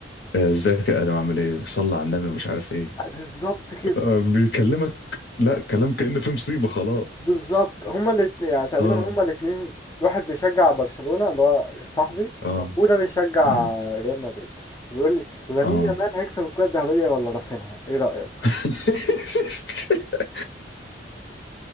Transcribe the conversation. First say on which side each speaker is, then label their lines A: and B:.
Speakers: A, on the left; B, on the left.
A: ازيك يا ادم عامل ايه صلى على النبي مش عارف ايه
B: بالظبط كده
A: آه بيكلمك لا كلام كأن في مصيبة خلاص
B: بالظبط هما الاتنين يعني تقريبا
A: اه
B: هما الاتنين واحد بيشجع برشلونة اللي هو صاحبي
A: اه
B: واخوه ده بيشجع
A: اه
B: ريال مدريد بيقول لي لامين
A: اه
B: يامال هيكسب الكرة الذهبية ولا رافينها ايه رأيك؟
A: <laughs>